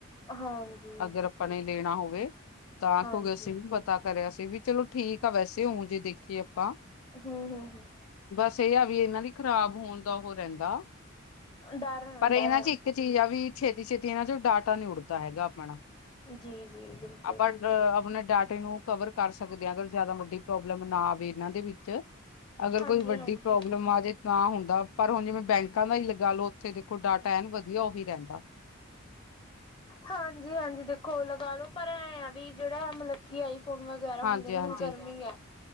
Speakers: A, on the left (about 25°); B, on the left (about 85°).
A: ਹਾਂਜੀ
B: ਅਗਰ ਆਪਾਂ ਨੇ ਲੈਣਾ ਹੋਵੇ। ਤਾਂ
A: ਹਾਂਜੀ
B: ਕਿਉਕਿ ਸੀ। ਪਤਾ ਕਰਿਆ ਸੀ, ਵੀ ਚਲੋ ਠੀਕ ਤਾਂ ਵੈਸੇ ਊ ਜੇ ਦੇਖੀਏ ਆਪਾਂ
A: ਹੂੰ, ਹੂੰ, ਹੂੰ
B: ਬਸ ਇਹ ਆ ਵੀ ਇਹਨਾਂ ਦੀ ਖਰਾਬ ਹੋਣ ਦਾ ਉਹ ਰਹਿੰਦਾ
A: ਡਰ ਰਹਿਦਾ
B: ਪਰ ਇਹਨਾਂ
A: ਏਆ।
B: ਚ ਇੱਕ ਚੀਜ਼ ਆ ਵੀ ਛੇਤੀ, ਛੇਤੀ ਇਹਨਾਂ ਚੋ ਡਾਟਾ ਨਈ ਉਡਦਾ ਹੈਗਾ। <inaudible>
A: ਜੀ। ਜੀ ਬਿਲਕੁਲ
B: ਆਪਾਂ ਆਪਨੇ ਡਾਟੇ ਨੂੰ ਕਵਰ ਕਰ ਸਕਦੇ ਆ। ਅਗਰ ਜ਼ਿਆਦਾ ਵੱਡੀ ਪ੍ਰੋਬਲਮ ਨਾ ਆਵੇ। ਇਹਨਾਂ ਦੇ ਵਿੱਚ ਅਗਰ
A: ਹਾਂਜੀ
B: ਕੋਈ ਵੱਡੀ
A: ਹਾਂਜੀ
B: ਪ੍ਰੋਬਲਮ ਆ ਜਾਵੇ। ਤਾਂ ਹੁੰਦਾ ਪਰ ਹੁਣ ਜਿਵੇਂ ਬੈਂਕਾਂ ਦਾ ਹੀ ਗੱਲ ਉੱਥੇ ਦੇਖੋ ਡਾਟਾ ਐਨ ਵਧੀਆ ਉਹੀ ਰਹਿੰਦਾ।
A: ਹਾਂਜੀ, ਹਾਂਜੀ ਦੇਖੋ ਲਗਾ ਲੋ। ਪਰ, ਐਂ ਆ ਵੀ ਜਿਹੜਾ ਮਤਲੱ ਆਈ ਫੋਨ ਵਗੈਰਾ
B: ਹਾਂਜੀ
A: ਹੁੰਦੇ ਨੇ।
B: ਹਾਂਜੀ
A: ਹੁਣ ਗਰਮੀ ਆ।